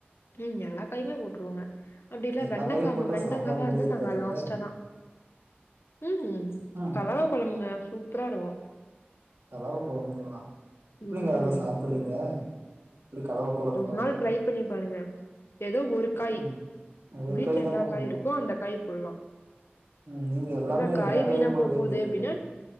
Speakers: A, on the left (about 75°); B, on the right (about 80°).
A: ம் எல்லா காயுமே போட்டுருவோங்க அப்டில்ல
B: எல்லா
A: வெண்டங்காமு
B: காயும் போட்டா
A: வெண்டங்காவா
B: சாம்பார் மாரியே
A: இருந்தா
B: இருக்காதுங்களே
A: நாங்க லாஸ்ட்லதா ம்
B: ம்.
A: கலவ கொழம்புங்க சூப்பரா இருக்கு
B: தலவ கொழம்புங்களா எப்டிங்க
A: ம்.
B: அதெல்லா சாப்டுறீங்க இப்டி கலவ கொழம்பு
A: ஒரு
B: கொழம்பு
A: நாள் ட்ரை பண்ணி பாருங்க எதோ ஒரு காய்
B: ம் ஒரு
A: வீட்ல
B: தாங்க
A: என்ன காய்
B: போடணு
A: இருக்கோ அந்த காய் போடலா
B: ம் நீங்க எல்லாமே
A: இல்ல காய்
B: எல்லா
A: வீணா
B: காயு போடுவேங்கிறீங்களே
A: போ போதே அப்டினா